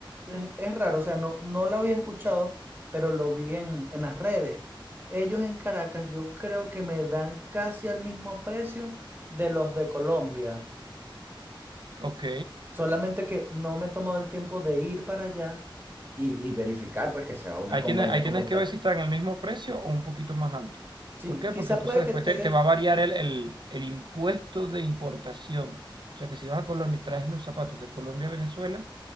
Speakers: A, on the right; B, on the right.
A: es- es raro, o sea, no, no la había escuchado, pero lo vi en, en las redes. Ellos en Caracas yo creo que me dan casi al mismo precio de los de Colombia.
B: Ok.
A: Solamente que no me he tomado el tiempo de ir para allá Y, y verificar, pues, que sea una
B: Ahí
A: compañía
B: tienes, ahí
A: como
B: tienes que
A: tal.
B: ver si está en el mismo precio o un poquito más alto.
A: Sí,
B: ¿Por qué?
A: quizás
B: Porque entonces
A: puede
B: después
A: que esté.
B: te, te va a variar el, el- el impuesto de importación. O sea que si vas a Colombia y traes los zapatos de Colombia a Venezuela,